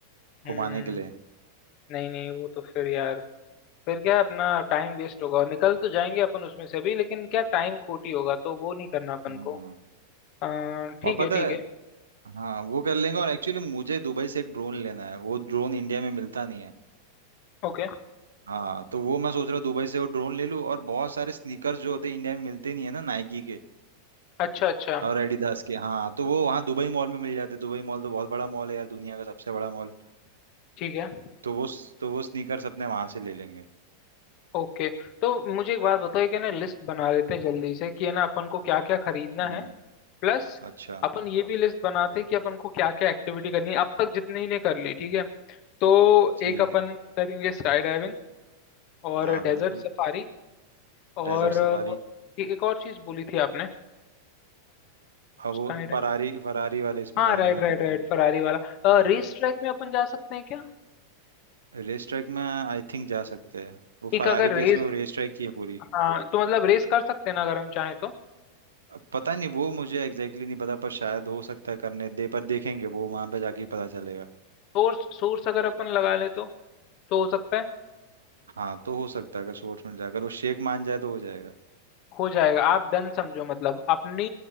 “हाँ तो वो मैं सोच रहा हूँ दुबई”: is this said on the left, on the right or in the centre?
Right